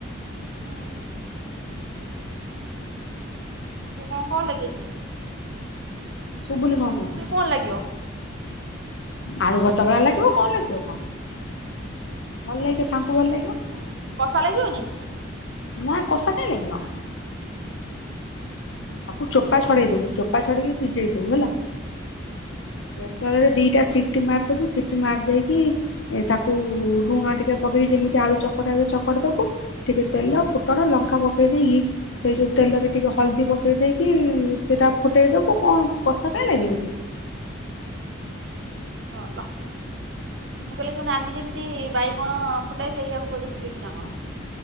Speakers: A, on the right; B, on the left.
A: ହୁଁ। ସେ କଣ କଣ ଲାଗିବ ସିଏ?
B: ସବୁଲି କଣ
A: ହୁଁ
B: କହୁଚ?
A: ସିଏ କଣ ଲାଗିଅଁ?
B: ଆଳୁ ଭର୍ତ୍ତା ଭଳିଆ ଲାଗିବ, କଣ ଲାଗିବ କଣ? ଭଲ ଲାଗିବ, ତାଙ୍କୁ ଭଲ ଲାଗିବ?
A: ହୁଁ, କଷା ଲାଗିବନି?
B: ନା, କଷା କାଇଁ ଲାଗିବ? ତାକୁ
A: ହୁଁ
B: ଚୋପା ଛଡେଇ ଦବୁ। ଚୋପା ଛଡ଼େଇକି ସିଝେଇ ଦବୁ ହେଲା। ପ୍ରେସରରେ
A: ହୁଁ
B: ଦିଟା ସିଟି ମାରିଦବୁ। ସିଟି ମାରି ଦେଇକି ଏ ତାକୁ ଲୁଣ ଟିକେ ପକେଇକି, ଯେମିତି ଆଳୁ ଚକଟା ହୁଏ, ଚକଡ ଦବୁ। ଟିକେ ତେଲ ଫୁଟଣ ଲଙ୍କା ପକେଇ ଦେଇକି, ସେଇ ଯୋଉ ତେଲରେ ଟିକେ ହଳଦୀ ପକ୍ ଦେଇ ଦେଇକି-ଇ ସେଟା ଫୁଟେଇ ଦବୁ। କଣ କଷା କାହିଁ ଲାଗିବ ସିଏ?
A: ଭଲ, ମୁଁ କହିଲି ଯୋଉ ନାନୀ ଯେମ୍ ତି ବାଇଗଣ ଫୁଟାଏ ସେଇଆକୁ ବଧେ, ଫୁଟେଇଛୁ ନା କଣ?